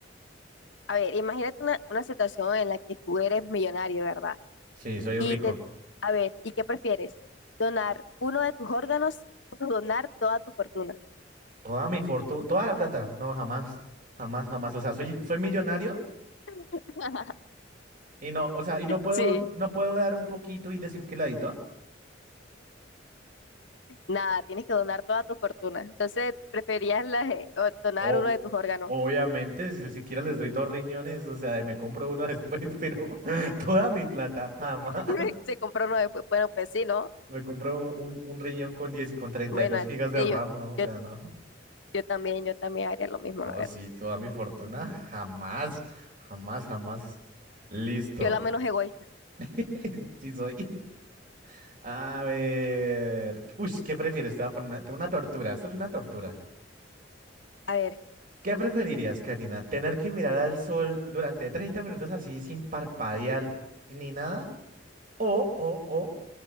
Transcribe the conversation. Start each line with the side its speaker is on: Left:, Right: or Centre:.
Left: A ver, imagínate una, una situación en la que tú eres millonario, ¿verdad?
Right: Sí, soy
Left: Y
Right: rico.
Left: te, a ver, ¿y qué prefieres? ¿Donar uno de tus órganos o donar toda tu fortuna?
Right: Toda mi fortuna, toda la plata. No, jamás, jamás, jamás. O sea, soy, soy millonario
Left: <laughs>
Right: y no, o sea, y no puedo,
Left: Sí.
Right: no puedo dar un poquito y decir que la di toda.
Left: Nada, tienes que donar toda tu fortuna. Entonces, preferías la- eh, o donar
Right: O,
Left: uno de tus órganos.
Right: obviamente, si siquiera les doy dos riñones, o sea, me compro uno después, <laughs> pero toda mi plata, jamás.
Left: <laughs> Se compró uno después. Bueno, pues sí, ¿no?
Right: Me compré un, un- un riñón con 10 y con treinta
Left: Bueno,
Right: y dos
Left: eh,
Right: gigas de
Left: sí,
Right: RAM,
Left: yo,
Right: ¿no? O
Left: yo,
Right: sea, no.
Left: yo también, yo también haría lo mismo,
Right: No,
Left: la verdad.
Right: sí, toda mi fortuna. Jamás, jamás, jamás. Listo.
Left: Yo la menos egoísta.
Right: <laughs> Sí soy. A ver. Uy, ¿qué prefieres? Te voy a poner una, una tortura. Esto es una tortura.
Left: A ver,
Right: ¿Qué preferirías, Karina? ¿Tener que mirar al sol durante 30 minutos así sin parpadear ni nada? O, o, o.